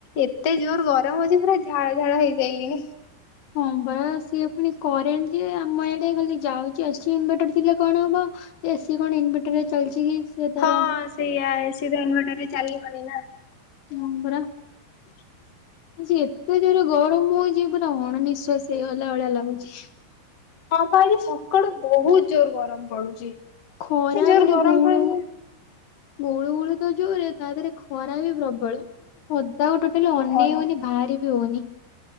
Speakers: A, on the left (about 50°); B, on the left (about 70°).
A: ଏତେ ଜୋର୍ ଗରମ ହଉଚି, ପୁରା ଝାଳ ଝାଳ ହେଇସାଇଲିଣି।
B: ହଁ ପା, ସିଏ ପୁଣି କରେଣ୍ଟ୍ ଯେ, ଆମ ଏଆଡେ ଖାଲି ଯାଉଚି, ଆସୁଚି, ଇନଭଟର୍ ଥିଲେ କଣ ହବ? ଏସିି କଣ ଇନଭଟର୍ ରେ ଚାଲିଚି କି? ସେ ତାର
A: ହଁ ସେଇଆ, ଏସି ତ ଇନଭଟର୍ ରେ ଚାଲିବନି ନା?
B: ହଁ ବରା।
A: <unintelligible>
B: ଆଜି ଏତେ ଜୋରେ ଗରମ ହଉଚି, ପୁରା ଅଣ ନିିଶ୍ଵାସି ହେଇଗଲା ଭଳିଆ ଲାଗୁଚି।
A: ହଁ ପା ଆଜି ସକାଳୁ ବହୁତ୍ ଜୋରେ ଗରମ ପଡୁଚି, ଏତେ
B: ଖରା
A: ଜୋରେ
B: ମାନେ
A: ଗରମ୍
B: ଗୁଳୁ
A: ପଇ
B: ଗୁଳୁ ଗୁଳୁ ତ ଜୋରେ, ତା ଦେହରେ ଖରା ବି ପ୍ରବଳ, ପଦାକୁ ଟୋଟ୍ ମୁଁ କହିଲି
A: କୁହନି।
B: ଅନେଇ ହଉନି, ବାହାରି ବି ହଉନି।